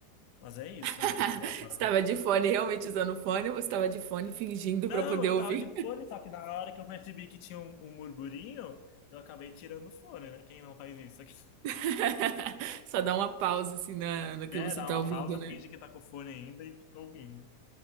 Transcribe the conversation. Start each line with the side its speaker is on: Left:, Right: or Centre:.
Left: Mas é isso,
Right: <laughs>
Left: né? Agora tá-
Right: estava de fone, realmente usando fone, ou você estava de fone fingindo
Left: Não,
Right: para poder
Left: eu
Right: ouvir?
Left: tava de fone, só que na hora que eu percebi que tinha um, um murmurinho, eu acabei tirando o fone, né? Quem não faz isso aqui? <laughs>
Right: <laughs> Só dá uma pausa assim na, no que
Left: É,
Right: você
Left: dá
Right: tá
Left: uma
Right: ouvindo,
Left: pausa,
Right: né?
Left: finge que tá com o fone ainda e fica ouvindo.